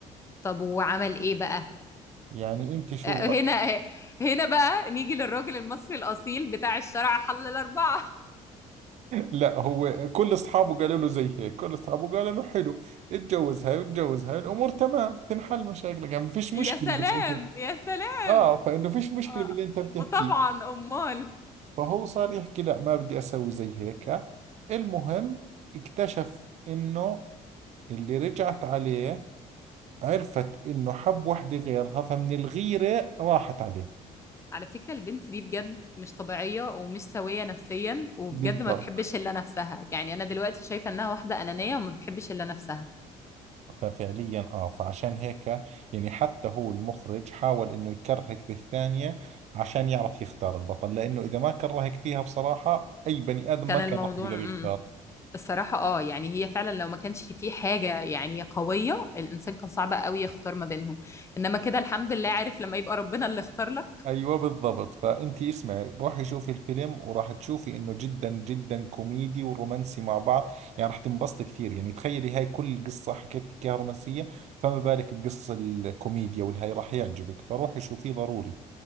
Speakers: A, on the left; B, on the right.
A: طب وعمل ايه بقى
B: يعني أنت شو
A: آه، هنا هنا بقى نيجي للراجل المصري الأصيل بتاع الشرع حل الأربعة <laughs>
B: لا هو كل اصحابه قالوا له زي هيك كل اصحابه قالوا له حلو اتجوز هاي واتجوز هاي الامور تمام تنحل مشاكلك يعني ما فيش
A: يا
B: مشكله
A: سلام
B: باللي انت
A: يا سلام
B: اه فانه فيش مشكله
A: آه،
B: باللي انت بتحكيه
A: طبعا أمال
B: فهو صار يحكي لا ما بدي اسوي زي هيك المهم اكتشف انه اللي رجعت عليه عرفت انه حب وحده غيرها فمن الغيره راحت عليه
A: على فكرة البنت دي بجد مش طبيعية ومش سوية نفسيا وبجد
B: بالضبط
A: ما بتحبش إلا نفسها يعني أنا دلوقتي شايفة إنها واحدة أنانية وما بتحبش إلا نفسها
B: ففعليا اه فعشان هيك يعني حتى هو المخرج حاول انه يكرهك بالثانية عشان يعرف يختار البطل لانه اذا ما كرهك فيها بصراحة اي بني ادم
A: كان
B: ما كان
A: الموضوع
B: راح يقدر
A: امم
B: يختار
A: الصراحة اه يعني هي فعلا لو ما كانش في حاجة يعني قوية الإنسان كان صعب قوي يختار ما بينهم إنما كده الحمد لله عارف لما يبقى ربنا اللي اختار لك
B: ايوه بالضبط فانت اسمعي روحي شوفي الفيلم وراح تشوفي انه جدا جدا كوميدي ورومانسي مع بعض يعني راح تنبسطي كثير يعني تخيلي هاي كل قصة حكيت لك اياها رومانسية فما بالك بقصص الكوميديا والهاي راح يعجبك فروحي شوفيه ضروري